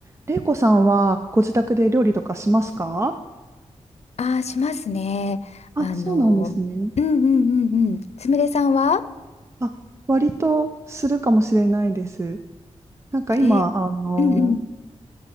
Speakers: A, on the right (about 25°); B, on the left (about 65°).
A: 玲子さんはご自宅で料理とかしますか
B: ああ、しますね。
A: あ、
B: あの、
A: そうなんですね。
B: うんうんうんうん。すみれさんは
A: あ、割とするかもしれないです。なんか今、
B: え、
A: あの、
B: うんうん。